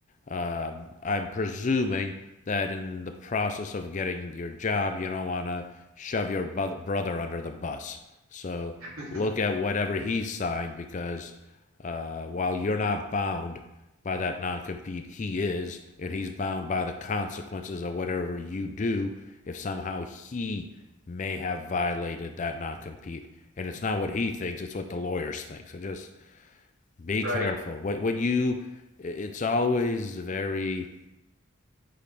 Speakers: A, on the left; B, on the right.
A: uh, I'm presuming that in the process of getting your job, you don't want to shove your bu- brother under the bus. So
B: <laughs>
A: look at whatever he signed because uh, while you're not bound by that non compete, he is, and he's bound by the consequences of whatever you do if somehow he may have violated that non compete. And it's not what he thinks, it's what the lawyers think. So just Be
B: right?
A: careful.
B: <laughs>
A: What what you it's always very